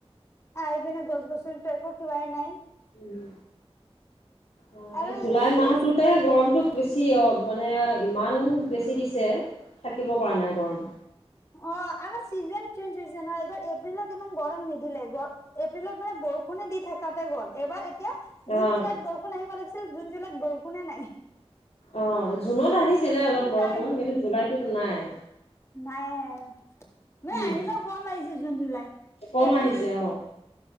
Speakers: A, on the left; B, on the left.
A: আহি পিনে গছ গছনি তো এক কিবাাই নাই।
B: উম, অ,
A: আৰু
B: এই জুলাই
A: কিবা
B: মাহতোত।
A: কিবি
B: তাতে গৰমতটো বেছি অ, মানে ইমান বেছি দিছে থাকিব পৰা নাই গৰম
A: অ, আমাৰ চিজন চেঞ্জ হৈছে নহয়, এইবাৰ এপ্ৰিলত ইমান গৰম নিদিলে গ এপ্ৰিলত মানে বৰষুণে দি থকাতে গ'ল এবাৰ। এতিয়া জুন
B: অ'
A: জুলাইত বৰষুণ আহিব লাগিছিল জুন জুলাইত বৰষুণে নাই।
B: অ, জুনত আহিছিলে অলপ
A: উল্টা
B: বৰষুণ কিন্তু জুলাইটোত নাই।
A: নাই ন,,
B: উম,
A: আহিলেও গৰম আহাৰিছে জুন জুলাইত
B: কম
A: এপ্ৰিল।
B: আহিছে অ'